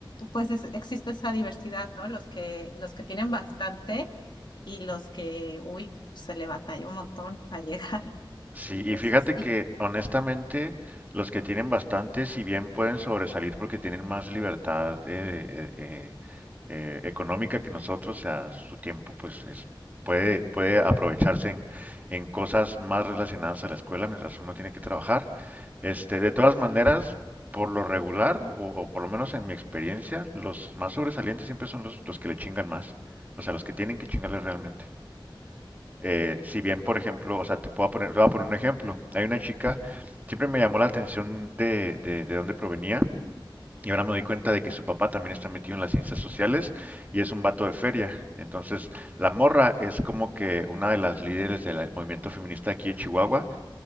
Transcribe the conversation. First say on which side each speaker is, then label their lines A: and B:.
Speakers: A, on the left (about 60°); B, on the right (about 20°).
A: pues es- existe esa diversidad, ¿no? Los que, los que tienen bastante y los que, uy, se le batalla un montón para llegar. <laughs>
B: Sí,
A: Entonces,
B: y fíjate
A: sí.
B: que honestamente los que tienen bastante, si bien pueden sobresalir porque tienen más libertad eh, eh, eh, eh, económica que nosotros, a su tiempo pues es, puede, puede aprovecharse en, en cosas más relacionadas a la escuela mientras uno tiene que trabajar. Este, de todas maneras, por lo regular, o, o por lo menos en mi experiencia, los más sobresalientes siempre son los, los que le chingan más, o sea, los que tienen que chingarle realmente. Eh, si bien, por ejemplo, o sea, te puedo poner, te voy a poner un ejemplo. Hay una chica, siempre me llamó la atención de, de, de dónde provenía. Y ahora me doy cuenta de que su papá también está metido en las ciencias sociales y es un vato de feria. Entonces, la morra es como que una de las líderes del movimiento feminista aquí de Chihuahua